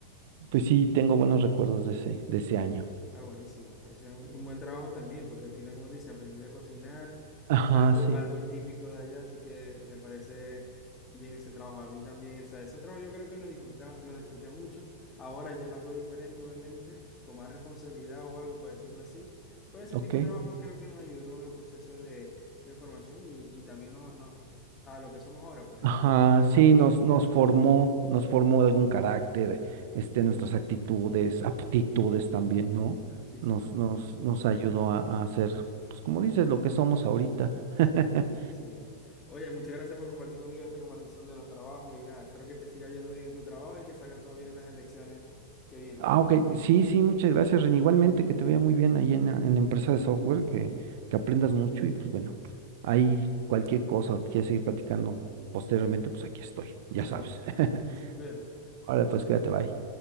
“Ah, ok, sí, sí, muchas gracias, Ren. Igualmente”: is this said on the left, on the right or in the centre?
Right